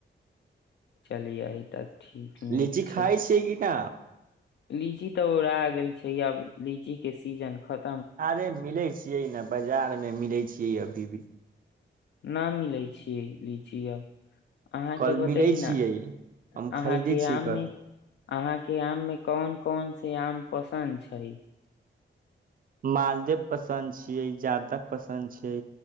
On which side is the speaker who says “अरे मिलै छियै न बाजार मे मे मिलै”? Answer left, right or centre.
Right